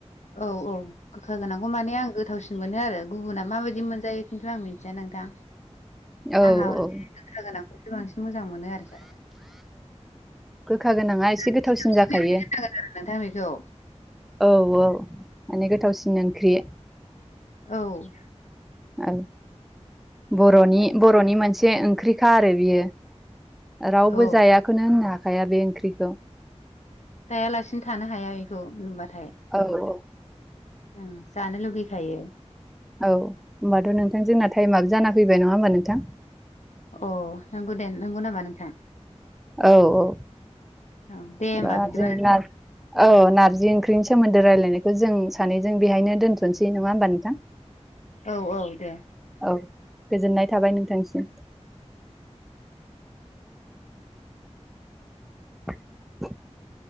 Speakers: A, on the left (about 85°); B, in the centre.
A: औ औ गोखा गोनांखौ माने आं गोथावसिन मोनो आरो। गुबुना माबायदि मोनजायो खिन्थु आं मिन्थिया नोंथां।
B: औ
A: आंहा हले
B: औ।
A: गोखा गोनांखौसो बांसिन मोजां मोनो आरो बांसिन
B: गोखा गोनाङा एसे गोथावसिन
A: <unintelligible>
B: जाखायो
A: नोंथां बेखौ।
B: औ औ माने गोथावसिन ओंख्रि
A: औ।
B: औ बर'नि बर'नि मोनसे ओंख्रिखा आरो बियो। रावबो
A: औ
B: जायाखौनो होननो हाखाया बे ओंख्रिखौ।
A: जायालासिनो थानो हाया बेखौ नुबाथाय।
B: औ औ।
A: ओं जानो लुगैखायो।
B: औ होमबाथ' नोंथां जोंना टाइमआबो जाना फैबाय नङा होमबा नोंथां?
A: अ नंगौ दे नंगौ नामा नोंथां?
B: औ औ
A: औ दे होमबा
B: बा
A: बिदिबा
B: जोंना औ नारजि ओंख्रिनि सोमोन्दो रायलायनायखौ जों सानैजों बेहायनो दोनथ'नोसै नङा होमबा नोंथां?
A: औ औ दे।
B: औ गोजोननाय थाबाय नोंथांसिम। <inaudible>